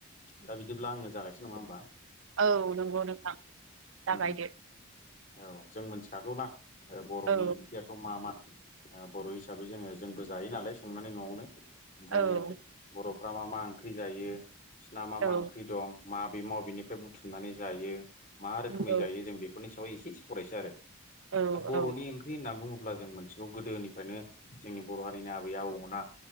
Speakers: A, on the left; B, on the right.
A: दा बिदिब्ला आङो जागायसै नङा होमबा
B: औ नंगौ नोंथां। जागायदो
A: उम औ जों मोनथिखागौना ओ बर'नि
B: औ
A: ओंख्रियाथ' मा मा ओ बर' हिसाबै जोङो जोंबो जायो नालाय संनानै न'आवनो ओंखायनो
B: औ
A: बर'फ्रा मा मा ओंख्रि जायो बिसिना मा मा
B: औ
A: ओंख्रि दं माबे मबेनिफ्राय बुथुमनानै जायो मा रोखोमै
B: नंगौ
A: जायो जों बेफोरनि सायाव एसे सावरायसै आरो दा
B: औ
A: बर'नि
B: औ
A: ओंख्रि होनना बुङो ब्ला जों मोनथिगौ गोदोनिफ्रायनो जोंनि बर' हारिनि आबै आबौना